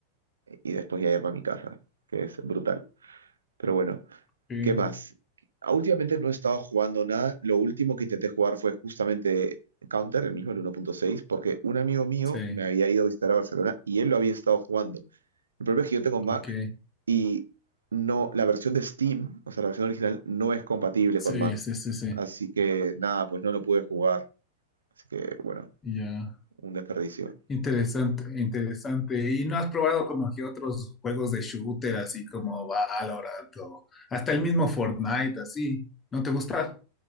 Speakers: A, on the right (about 70°); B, on the left (about 20°).
A: y después ya irme a mi casa, que es brutal. Pero bueno,
B: sí,
A: ¿qué más? Ah, Últimamente no he estado jugando nada. Lo último que intenté jugar fue justamente Counter, el mismo el 1.6, porque un amigo mío
B: sí,
A: me había ido a visitar a Barcelona y él lo había estado jugando. El problema es que yo tengo Mac
B: ok.
A: y no, la versión de Steam, o sea, la versión original, no es compatible
B: Sí,
A: con Mac.
B: sí, sí, sí.
A: Así que nada, pues no lo pude jugar. Así que bueno,
B: Ya.
A: un desperdicio.
B: Interesante, interesante. ¿Y no has probado como que otros juegos de shooter, así como Valorant o hasta el mismo Fortnite, así? ¿No te gusta?